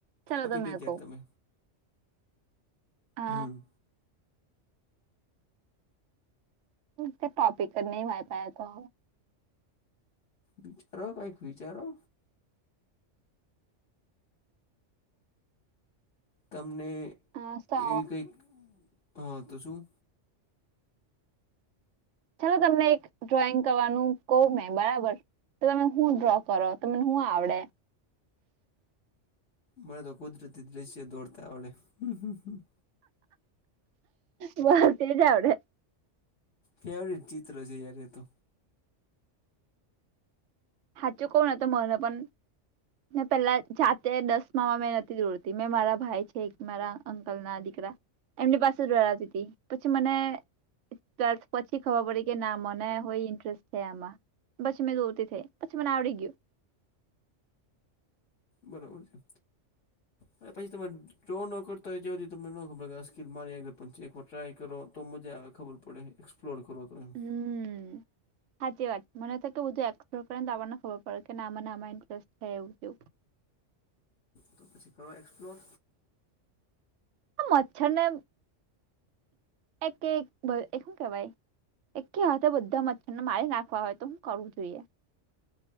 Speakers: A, on the right; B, on the left.
A: ચાલો
B: આપીજો ત્યારે
A: કહો
B: તમે?
A: અ
B: હમ.
A: તે ટોપીકર ન વાયપ તો.
B: વિચારો કંઈક વિચારો. તમને
A: અ સો
B: એવી કંઈક હા તો શું?
A: ચાલો તમને એક ડ્રોઈંગ કરવાનું કહવ મેં બરાબર. તો તમે હું ડ્રો કરો તમને શું આવડે?
B: મળને તો કુદરતી દ્રશ્ય દોડતા ઓડે હમ.
A: બસ તે જવડે.
B: ફેવરટ ચિત્ર છે યાર તો.
A: હાચ કોવણ તો મણ પણ પેલા જાતે દસમામાં મેં નથી દોડતી મેં મારા ભાઈ છે મારા અંકલ ના દીકરા. એમની પાસે દોરાતી હતી, પછી મને ટ્વેલ્થ પછી ખબર પડી કે ના મને હોય ઇન્ટરેસ્ટ છે આમાં, પછી મેં દોરતી થઈ. પછી મને આવડી ગયું.
B: બરાબર છે, હરે પછી તમારે જો ન કરતા હોય જે તમને ન ખબર કે આ સ્કીલ મારી આગળ પણ છે એક વાર ટ્રાય કરો તો મજા આવે ખબર પડે. એસ્લોર કરો. એમ
A: હમ. સાાચી વાત મને બું એક્સપ્લોર કરને તો આપણને ખબર પડે કે ના મને આમાં ઇન્ટરેસ્ટ થાય એવું કેવું.
B: તો પછી કરો એક્સપ્લોર.
A: મચ્છર ને એક શું કેવાય. એક હ બધા મચ્છર ને મારી નાખવા હોય તો હું કરવું જોઈએ.